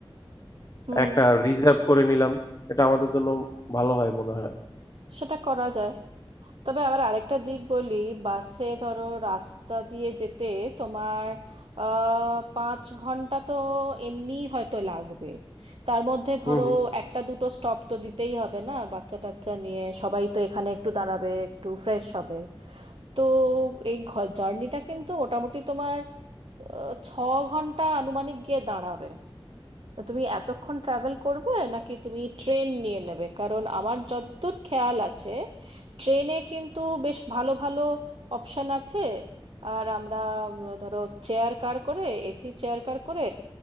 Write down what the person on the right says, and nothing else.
হুম
সেটা করা যায় তবে আবার আরেকটা দিক বলি বাসে ধরো রাস্তা দিয়ে যেতে তোমার আহ পাঁচ ঘন্টা তো এমনি হয়তো লাগবে তার মধ্যে ধরো
একটা দুটো স্টপ তো দিতেই হবে না বাচ্চা টাচ্চা নিয়ে সবাই তো এখানে একটু দাঁড়াবে একটু ফ্রেশ হবে তো এই জার্নিটা কিন্তু মোটামুটি তোমার আহ, ছ ঘন্টা আনুমানিক গিয়ে দাঁড়াবে তো তুমি এতক্ষণ ট্রাভেল করবে নাকি তুমি ট্রেন নিয়ে নেবে কারণ আমার যতদূর খেয়াল আছে ট্রেনে কিন্তু বেশ ভালো ভালো অপশন আছে আর আমরা উম, ধরো চেয়ার কার করে এসি চেয়ার কার করে